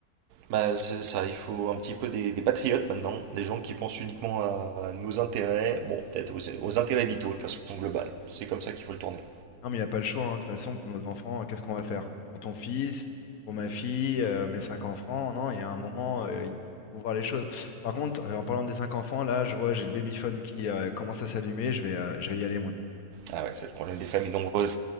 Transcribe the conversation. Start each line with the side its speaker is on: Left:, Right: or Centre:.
Right: Bah, c'est ça, il faut un petit peu des, des patriotes maintenant, des gens qui pensent uniquement à nos intérêts, bon, peut-être aux, aux intérêts vitaux de façon globale. C'est comme ça qu'il faut le tourner.
Left: Non, mais il n'y a pas le choix, hein. De toute façon, pour nos enfants, euh, qu'est-ce qu'on va faire? Pour ton fils, pour ma fille, euh, mes cinq enfants, non, il y a un moment, euh, il faut voir les choses. Par contre, euh, en parlant des cinq enfants, là, je vois, j'ai le babyphone qui euh, commence à s'allumer, je vais, euh, je vais y aller, mon ami. hein.
Right: Ah ouais, c'est le problème des familles nombreuses.